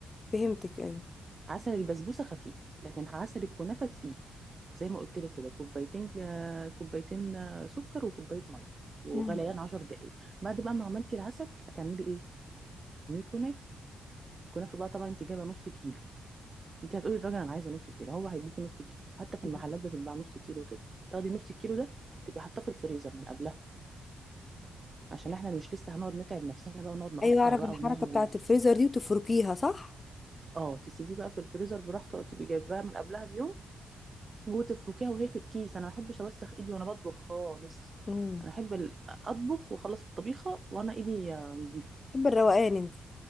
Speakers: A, on the left (about 35°); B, on the right (about 40°).
A: فهمتك ايوه
B: عسل البسبوسة خفيف لكن عسل الكنافة تقيل زي ما قلت لك كده كوبايتين آه، كوبايتين آه، سكر وكوباية مية وغليان
A: مم.
B: عشر دقايق بعد بقى ما عملتي العسل هتعملي ايه؟ من الكنافة الكنافة بقى طبعا انت جايبة نص كيلو انت هتقولي للراجل انا عايزة نص كيلو هو هيديكي نص كيلو حتى في المحلات
A: ايوه
B: بتتباع نص كيلو كده تاخدي نص الكيلو ده تبقي حاطاه في الفريزر من قبلها عشان احنا مش لسه هنقعد نتعب نفسنا بقى ونقعد نقطع
A: ايوه اعرف
B: بقى
A: الحركه
B: ونعمل
A: بتاعه الفريزر دي وتفركيها صح
B: اه تسيبيه بقى في الفريزر براحته او تبقي جايباها من قبلها بيوم وتفركيها وهي في الكيس انا ما بحبش اوسخ ايدي وانا بطبخ خالص
A: امم
B: انا احب ال- اطبخ واخلص الطبيخه وانا ايدي آه، نظيفه
A: بحب الروقان انت